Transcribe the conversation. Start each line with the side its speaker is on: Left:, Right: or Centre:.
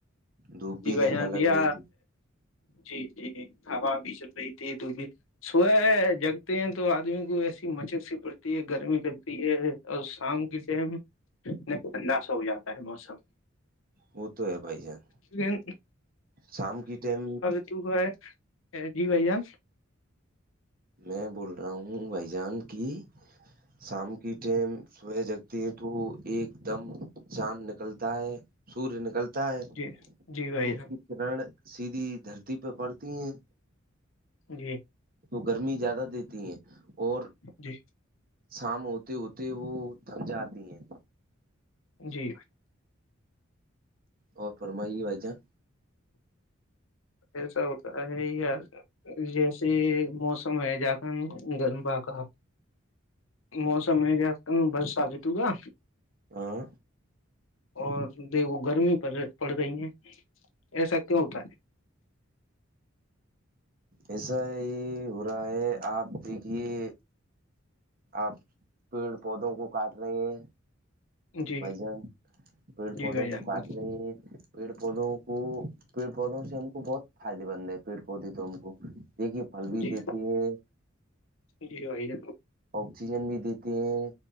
Right: دھوپ
Left: جی
Right: بھی
Left: بھائی
Right: زیادہ
Left: جانیا
Right: لگ رہی تھی
Left: جی جی جی ہا بھی چل رہی تھی د بھی س جگتے ہیں تو آدمی کو ایسی مچک سی پڑتی ہے گرمی کا تو یہ اور شام کی ٹائم ن ٹھنڈا سا ہو جاتا ہے موسم
Right: وہ تو ہے بھ جان
Left: لیکن
Right: شام کی ٹم
Left: تو کہ جی بھ جان
Right: میں بول رہا ہوں بھائی جان کی شام کی ٹائم صبح جگتے ہیں تو ایک دم چاند نکلتا ہے سوریہ نکلتا ہے
Left: جی جی بھائی
Right: تو اس
Left: جان
Right: کی کررن سیدیدھی دھرتی پہ پڑتی ہیں
Left: جی
Right: تو گرمی زیادہ دیتی ہے اور
Left: جی
Right: شام ہوتے ہوتے وہ تھم جاتی ہیں
Left: جی
Right: اور فرمائیے بھائی جان
Left: ایسا ہوتا ہے ہی ار جیسے موسم ہے جا کر گرما کا موسم س میں گ ک بس آ جت ہو گا
Right: ہاں
Left: اور دو گرمی پ پڑ گئی ہیں ایسا کیا ہوتا ہے
Right: ایسا ہی ہو رہا ہے آپ دیکھیے آپ پیڑ پودوں کو کاٹ رہے ہیں
Left: ہے جی
Right: بھائی جان پیڑ
Left: جی
Right: پودوں
Left: بھائی جان
Right: کو
Left: بول
Right: کاٹ رہ پیڑ پودوں کو پیڑ پودوں سے ہم کو بہت فائدے مند ہے پیڑ پودے تو ہم کو دیکھیے پھلوی
Left: جی
Right: دیتی ہے
Left: جی بھائی ہے
Right: آکسیجن بھی دیتے ہیں